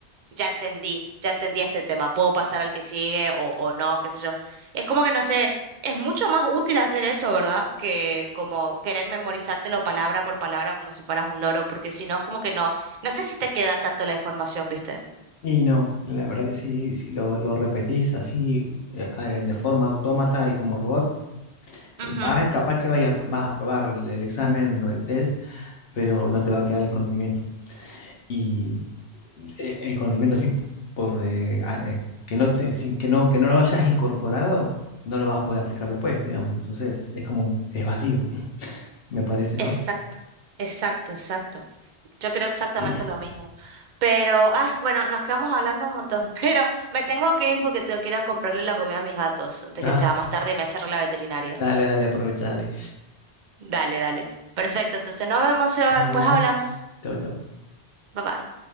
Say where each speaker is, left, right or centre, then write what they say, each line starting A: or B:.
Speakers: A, on the right; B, on the left.
A: ya entendí, ya entendí este tema, puedo pasar al que sigue o, o no, qué sé yo. Es como que no sé, es mucho más útil hacer eso, ¿verdad? Que como querer memorizártelo palabra por palabra como si fueras un loro, porque si no es como que no, no sé si te queda tanto la información, ¿viste?
B: Y no, la verdad que sí, si lo, lo repetís así eh, eh, de forma autómata y como robot,
A: Ujú,
B: eh, vas, capaz que vaya- vas a, probar el, el examen o el test, pero no te va a quedar el conocimiento. Y eh, el conocimiento así por eh, a- eh, que no te- sin que no que no lo hayas incorporado, no lo vas a poder aplicar después, digamos. Entonces, es como es vacío, <laughs> me parece,
A: Exacto,
B: ¿no?
A: exacto, exacto. Yo creo exactamente
B: <clears throat>
A: lo mismo. Pero, ay, bueno, nos quedamos hablando un montón, <laughs> pero me tengo que ir porque tengo que ir a comprarle la comida a mis gatos antes
B: Ah,
A: que sea más tarde y me cierre la veterinaria.
B: dale, dale, aprovecha, dale.
A: Dale, dale. Perfecto, entonces nos vemos, Eva,
B: Nos
A: después
B: vemos.
A: hablamos.
B: Chau, chau.
A: Bye bye.